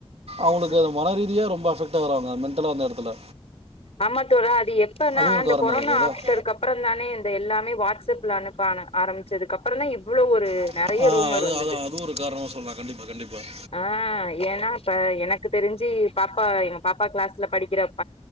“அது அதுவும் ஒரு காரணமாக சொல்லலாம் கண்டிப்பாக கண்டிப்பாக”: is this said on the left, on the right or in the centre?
Right